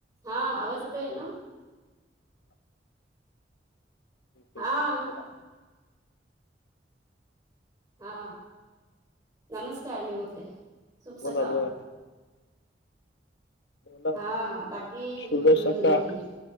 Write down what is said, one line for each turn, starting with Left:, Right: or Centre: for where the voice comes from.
Right: हा आवाज येतोय ना? हा
Left: बोला
Right: हा नमस्कार मी बोलते शुभ
Left: बोला
Right: सकाळ.
Left: बोला बोला
Right: हा हा बाकी
Left: शुभ
Right: हम्म हम्
Left: सकाळ काय
Right: हम्म